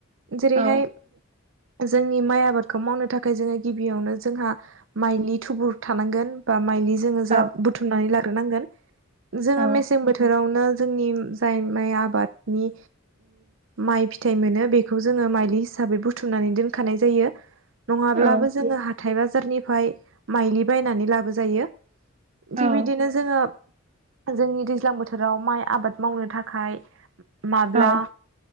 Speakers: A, on the right; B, on the right.
A: जेरैहाय
B: औ
A: जोंनि माइ आबादखौ मावनो थाखाय जों गिबियावनो जोंहा मायलिनि थुबुर थानांगोन बा मायलि जोङो
B: औ
A: जा बुथुमनानै लाग्रोनांगोन जोङो
B: औ
A: मेसें बोथोरावनो जोंनि जाय माइ आबादनि माइ फिथाइ मोनो बेखौ जोङो माइलि हिसाबै हिसाबै बुथुमनानै दोनखानाय जायो नङाब्लाबो
B: औ
A: जोङो हाथाय बाजारनिफ्राय माइलि बायनानै लाबोजायो
B: औ
A: थिग बिदिनो जोङो जोंनि दैज्लां बोथोर बोथोराव माइ आबाद मावनो थाखाय माब्ला
B: औ